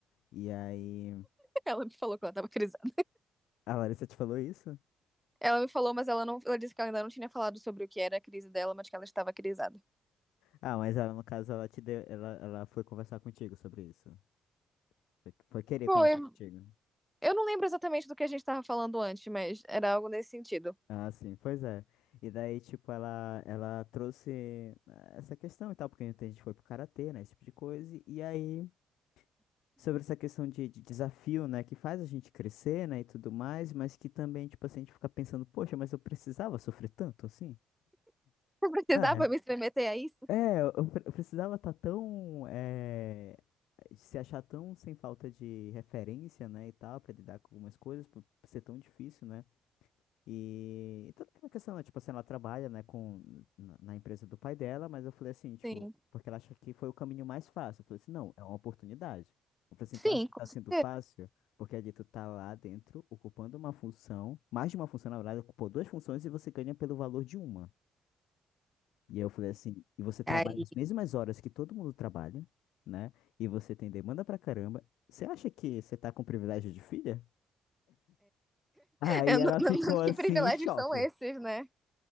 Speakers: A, on the left; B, in the centre.
A: E aí.
B: Ela me falou que ela tava crisada.
A: A Larissa te falou isso?
B: Ela me falou, mas ela não. Ela disse que ela ainda não tinha falado sobre o que era a crise dela, mas que ela estava crisada.
A: Ah, mas ela, no caso, ela te deu. Ela, ela foi conversar contigo sobre isso. Foi, foi querer
B: Foi.
A: conversar contigo.
B: Eu não lembro exatamente do que a gente tava falando antes, mas era algo nesse sentido.
A: Ah, sim, pois é. E daí, tipo, ela, ela trouxe eh, essa questão e tal, porque a gente foi pro karatê, né? Esse tipo de coisa. E aí, sobre essa questão de, de desafio, né? Que faz a gente crescer, né? E tudo mais, mas que também, tipo assim, a gente fica pensando, poxa, mas eu precisava sofrer tanto assim?
B: <laughs> Eu precisava
A: Né?
B: me submeter a isso?
A: É, eu, eu pre- eu precisava estar tão eh, se achar tão sem falta de referência, né, e tal, pra lidar com algumas coisas, por por ser tão difícil, né? E, e toda aquela questão, né, tipo assim, ela trabalha, né, com, na, na empresa do pai dela, mas eu falei assim, tipo,
B: Sim.
A: porque ela acha que foi o caminho mais fácil. Eu falei assim, não, é uma oportunidade. Eu falei assim,
B: Sim,
A: tu acha que
B: com
A: tá sendo
B: certeza.
A: fácil? Porque ali tu tá lá dentro, ocupando uma função, mais de uma função, na verdade, ocupou duas funções e você ganha pelo valor de uma. E aí eu falei assim, e você trabalha
B: Ai,
A: as mesmas horas que todo mundo trabalha, né? E você tem demanda pra caramba. Você acha que você tá com privilégio de filha? Aí
B: Eu
A: ela
B: não-
A: ficou
B: não- não- que
A: assim,
B: privilégios
A: em choque.
B: são esses, né?